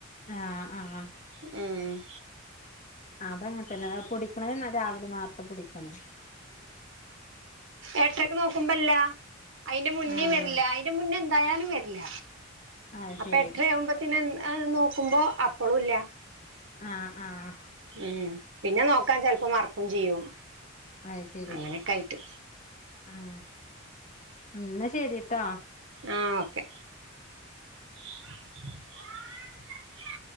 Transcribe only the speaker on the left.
ആഹ് ആഹ്
അതങ്ങൻതന്നെ പൊടിക്ക്ണെ രാവിലെ നാർത്തെ പെടിക്കണേ
ആഹ്
അത്
ശരി
ആഹ് ആഹ്
അയ് ശരി
ആഹ് എന്നാ ശരി ട്ടോ